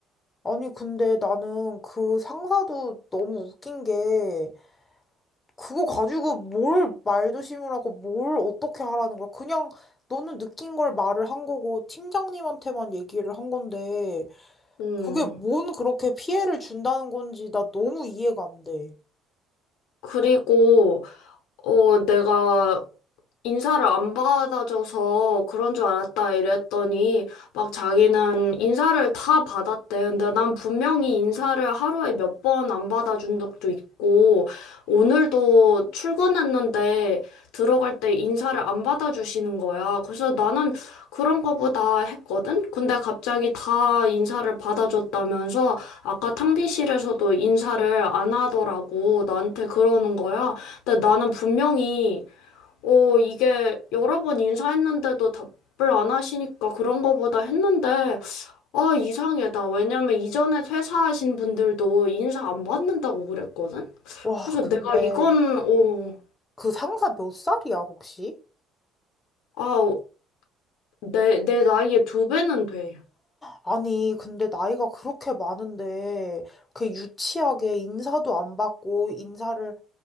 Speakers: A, on the left; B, on the left.
A: 아니, 근데 나는 그 상사도 너무 웃긴 게, 그거 가지고 뭘 말조심을라고 뭘 어떻게 하라는 거야. 그냥 너는 느낀 걸 말을 한 거고, 팀장님한테만 얘기를 한 건데,
B: 음.
A: 그게 뭔 그렇게 피해를 준다는 건지 나 너무 이해가 안 돼.
B: 그리고, 어, 내가 인사를 안 받아줘서 그런 줄 알았다 이랬더니 막 자기는 인사를 다 받았대. 근데 난 분명히 인사를 하루에 몇 번 안 받아준 적도 있고 오늘도 출근했는데 들어갈 때 인사를 안 받아주시는 거야. 그래서 나는 그런 거보다 했거든? 근데 갑자기 다 인사를 받아줬다면서 아까 탕비실에서도 인사를 안 하더라고 나한테 그러는 거야. 근데 나는 분명히 어, 이게 여러 번 인사했는데도 답을 안 하시니까 그런 거보다 했는데, 아, 이상하다. 왜냐면 이전에 퇴사하신 분들도 인사 안 받는다고 그랬거든?
A: 와,
B: 그래서
A: 근데
B: 내가 이건, 어,
A: 그 상사 몇 살이야, 혹시?
B: 아, 내, 내 나이에 두 배는 돼.
A: 아니, 근데 나이가 그렇게 많은데, 그 유치하게 인사도 안 받고, 인사를,